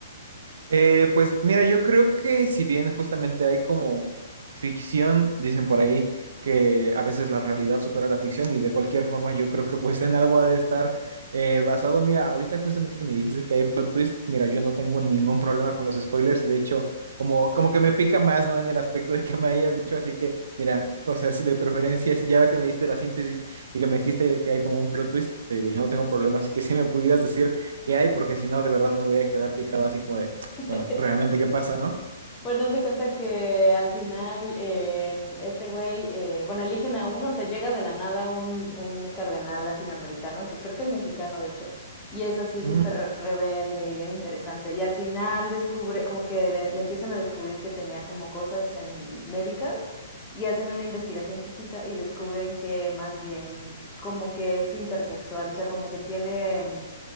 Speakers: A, on the right; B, on the left.
A: Eh, pues mira, yo creo que si bien justamente hay como ficción, dicen por ahí, que a veces la realidad supera la ficción y de cualquier forma yo creo que pues en algo ha de estar eh, basado. Mira, ahorita justamente que me dijiste que hay plot twist, mira, yo no tengo ningún problema con los spoilers y de hecho como, como que me pica más, ¿no? En el aspecto de que me hayas dicho, así que mira, o sea, si de preferencia, si ya que me diste la síntesis y que me dijiste que hay como un plot twist, te digo, yo no tengo problema, así que si me pudieras decir qué hay, porque si no, de verdad me voy a quedar picado así como de...
B: <laughs>
A: Bueno, realmente qué pasa, ¿no?
B: Bueno, haz de cuenta que al final em, este güey, eh, bueno, eligen a uno, o sea, llega de la nada un, un cardenal latinoamericano, que creo que es mexicano, de hecho, y es así
A: Mm,
B: súper re- rebelde y bien interesante. Y al final descubre, como que le, le empiezan a descubrir que tenía como cosas en médicas y hacen una investigación chiquita y descubren que más bien como que es intersexual, o sea, como que tiene... em,